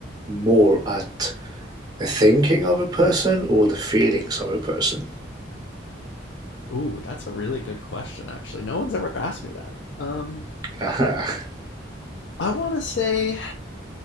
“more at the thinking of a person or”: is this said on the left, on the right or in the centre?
Right